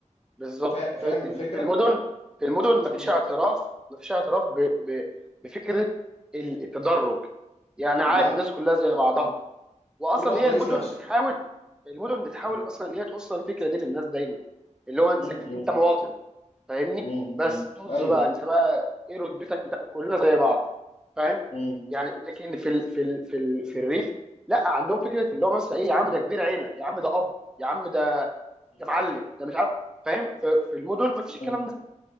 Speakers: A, in the centre; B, on the left.
A: بالظبط
B: فا- فاهم
A: ف- انت
B: الفكره؟
A: في المدن في المدن مفيش
B: مم.
A: اعتراف مفيش اعتراف ب... ب... بفكره ال- التدرج يعني عادي
B: لا
A: الناس كلها زي بعضها
B: مم.
A: واصلا
B: كل واحد
A: هي
B: رئيس
A: المدن
B: نفسه
A: بتحاول المدن بتحاول
B: مم.
A: اصلا ان هي توصل الفكره دي للناس دايما اللي هو انت
B: مم.
A: انت مواطن فاهمني
B: مم.
A: بس
B: مم.
A: طز
B: ايوه
A: بقى انت بقى ايه رتبتك بتاع كلنا زي بعض فاهم
B: مم.
A: يعني لكن في ال... في ال... في ال... في الريف لا عندهم فكره اللي هو مثلا ايه يا عم ده كبير عيله يا عم ده اب يا عم ده
B: مم.
A: ده معلم ده مش عارف فاهم ف- في المدن ما فيش
B: مم.
A: الكلام ده